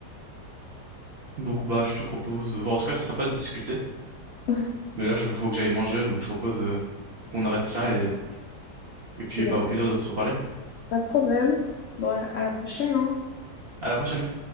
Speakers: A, on the right; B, on the left.
A: Donc bah je te propose, bon, en tout cas c'est sympa de discuter,
B: <laughs>
A: mais là il faut que j'aille manger, donc je propose euh, qu'on arrête là et, et puis
B: Ok,
A: bah au plaisir de te reparler.
B: pas de problème. Bon, à la prochaine, hein.
A: À la prochaine.